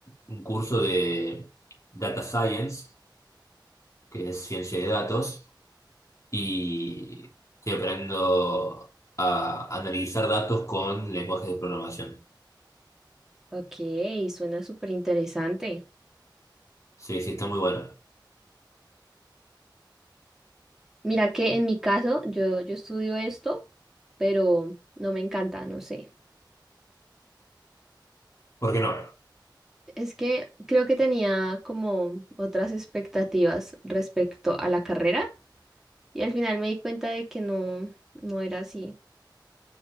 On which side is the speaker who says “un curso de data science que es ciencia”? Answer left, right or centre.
Left